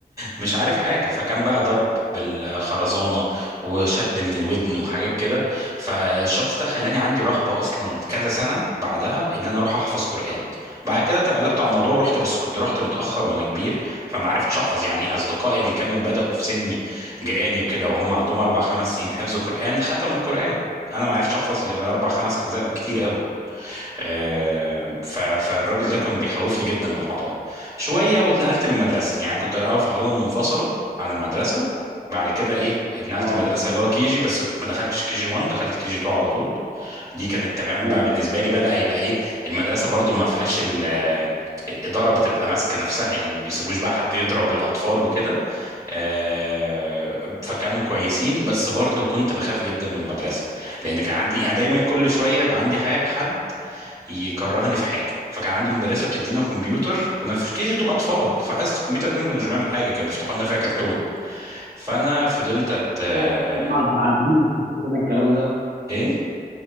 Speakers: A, on the right; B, on the right.
A: مش عارف حاجة فكان بقى ضرب بالخرزانة وشد من الودن وحاجات كده فالشخص ده خلاني عندي رهبة أصلا كذا سنة بعدها إن أنا أروح أحفظ قرآن بعد كده تغلبت على الموضوع ورحت بس كنت رحت متأخر وأنا كبير فما عرفتش أحفظ يعني أصدقائي اللي كانوا بدأوا في سني جيراني وكده وهم عندهم أربع خمس سنين حفظوا قرآن ختموا القرآن أنا ما عرفتش أحفظ غير أربع خمس أجزاء بالكتير قوي آه، ف- فالراجل ده كان بيخوفني جدا من الحضانه شويه واتنقلت للمدرسه يعني كنت الاول في حضانه منفصله عن المدرسه بعد كده ايه اتنقلت
B: اه
A: المدرسه اللي هو كي جي بس ما دخلتش كي جي 1 دخلت كي جي 2 على طول دي كانت تمام
B: آه.
A: بقى بالنسبه لي بدا يبقى ايه المدرسه برضو ما فيهاش ال- الإدارة بتبقى ماسكة نفسها يعني ما بيسيبوش بقى حد يضرب الأطفال وكده آه، فكانوا كويسين بس برضو كنت بخاف جدا من المدرسة لأن كان عندي يعني دايما كل شوية بقى عندي ح- حد يكرهني في حاجه فكان عندي مدرسه بتدينا كمبيوتر كنا في كي جي 2 اطفال فحصه الكمبيوتر دي ما كناش بنعمل حاجه كانوا بيفتحوا لنا فيها كرتون فانا فضلت أت... آه،
B: يعني مع الب- على البروجكت كان الكلام ده
A: ايه